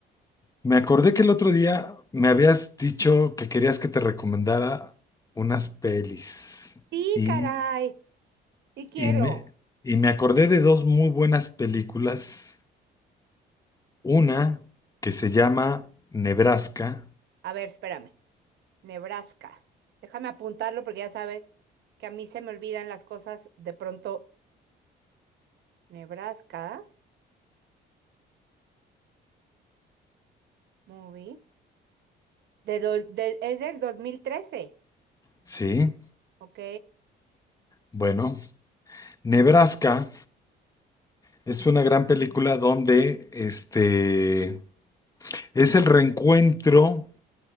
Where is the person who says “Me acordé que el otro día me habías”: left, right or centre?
Left